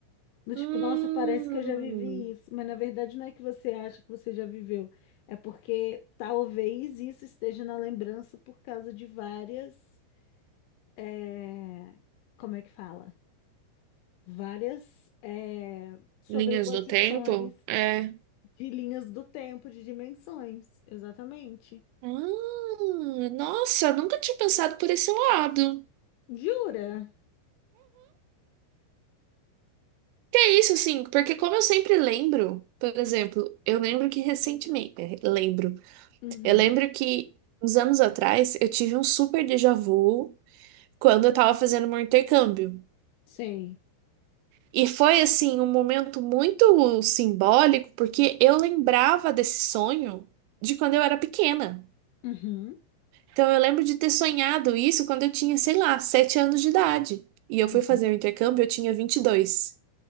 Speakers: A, on the left (about 80°); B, on the right (about 85°).
A: Do
B: Hum,
A: tipo, nossa, parece que eu já vivi isso, mas na verdade não é que você acha que você já viveu, é porque talvez isso esteja na lembrança por causa de várias, é, como é que fala? Várias, é, sobreposições
B: linhas do tempo? é.
A: de linhas do tempo, de dimensões, exatamente.
B: Ah, nossa, nunca tinha pensado por esse lado.
A: Jura?
B: Que é isso, assim, porque como eu sempre lembro, por exemplo, eu lembro que recentemente, é, lembro,
A: Uhum.
B: eu lembro que uns anos atrás eu tive um super déjà vu quando eu tava fazendo meu intercâmbio.
A: Sei.
B: E foi, assim, um momento muito simbólico, porque eu lembrava desse sonho de quando eu era pequena.
A: Uhum.
B: Então eu lembro de ter sonhado isso quando eu tinha, sei lá, sete anos de idade. E eu fui
A: Uhum.
B: fazer o intercâmbio, eu tinha 22.